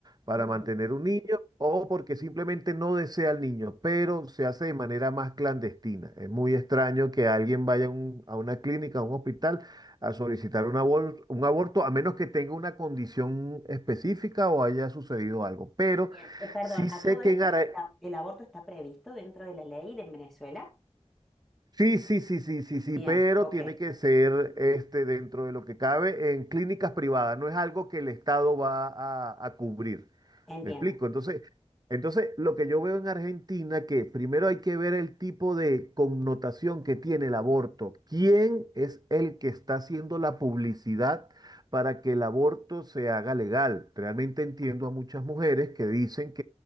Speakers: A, on the right; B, in the centre.
A: para
B: ujú.
A: mantener un niño o porque simplemente no desea al niño, pero se hace de manera más clandestina. Es muy extraño que alguien vaya a un- a una clínica, a un hospital, a solicitar un abor- un aborto, a menos que tenga una condición específica o haya sucedido algo. Pero
B: Bien, Eh, perdón,
A: sí
B: a
A: sé
B: todo esto,
A: que en Ara-
B: el, a- el aborto está previsto dentro de la ley de Venezuela?
A: Sí, sí, sí, sí, sí, sí,
B: Bien,
A: pero
B: ok,
A: tiene que ser este, dentro de lo que cabe en clínicas privadas, no es algo que el Estado va a, a cubrir.
B: entiendo,
A: ¿Me explico? Entonces, entonces, lo que yo veo en Argentina, que primero hay que ver el tipo de connotación que tiene el aborto. ¿Quién es el que está haciendo la publicidad para que el aborto se haga legal? Realmente entiendo a muchas mujeres que dicen